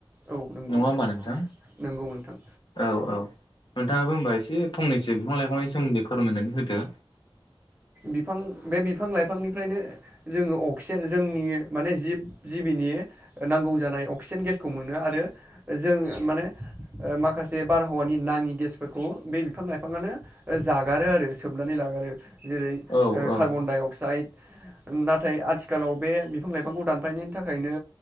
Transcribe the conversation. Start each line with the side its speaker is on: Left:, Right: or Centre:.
Right: औ नंगौ
Left: नङा होमबा नोंथां।
Right: नंगौ नोंथां
Left: औ औ नोंथाङाबो होनबा एसे फंनैसो बिफां लाइफांनि सोमोन्दै फोरमायनानै होदो
Right: बिफां बे बिफां लाइफां बिफांनिफ्रायनो जोङो अक्सिजेन जोंनि माने जिब जिबिनि नांगौ जानाय अक्सिजेन गेसखौ मोनो आरो जों माने माखासे बारहावानि नाङि गेसफोरखौ बे बिफां लाइफाङानो जागारो आरो सोबनानै लाङो आरो जेरै ओ
Left: औ औ
Right: कार्बन डाइ अक्साइड नाथाय आथिखालाव बे बिफां लाइफांखौ दानफायनायनि थाखायनो